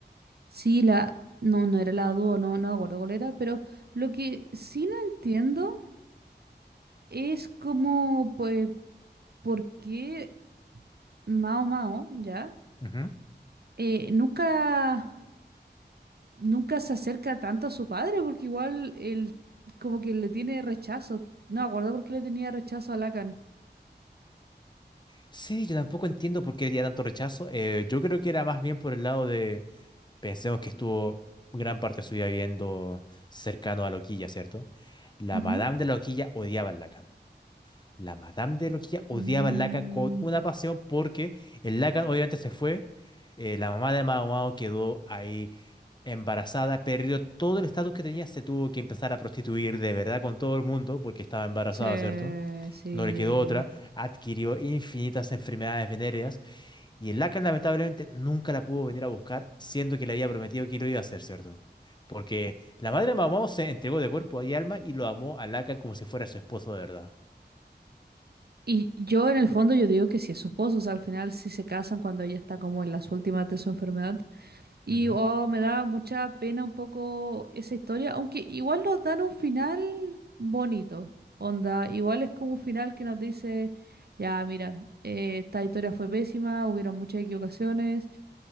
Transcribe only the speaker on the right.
Sí, la... No, no era la dúo, no, no me acuerdo cuál era, pero lo que sí no entiendo es como, pues, por qué Mao Mao, ¿ya?
Eh, nunca, nunca se acerca tanto a su padre, porque igual él como que le tiene rechazo. No me acuerdo por qué le tenía rechazo a Lacan.
Ujú.
Mm,
sí,
sí.
Y yo en el fondo yo digo que sí es su esposo, o sea, al final sí se casan cuando ella está como en las últimas de su enfermedad. Y
oh, me da mucha pena un poco esa historia, aunque igual nos dan un final bonito, onda, igual es como un final que nos dice, ya, mira, eh, esta historia fue pésima, hubieron muchas equivocaciones.